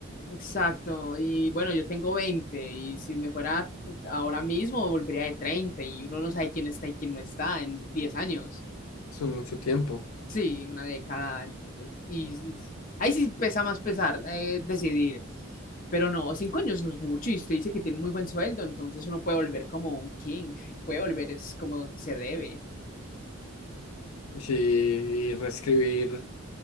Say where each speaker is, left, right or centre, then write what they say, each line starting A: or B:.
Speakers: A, on the left; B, on the left.
A: exacto. Y bueno, yo tengo 20 y si me fuera ahora mismo, volvería de treinta y uno no sabe quién está y quién no está en 10 años.
B: Son mucho tiempo.
A: Sí, una década, entonces. Y, y- ahí sí pesa más pesar eh, decidir. Pero no, cinco años no es mucho. Y usted dice que tiene un muy buen sueldo, entonces uno puede volver como un king, <laughs> puede volver es como se debe.
B: Sí, y reescribir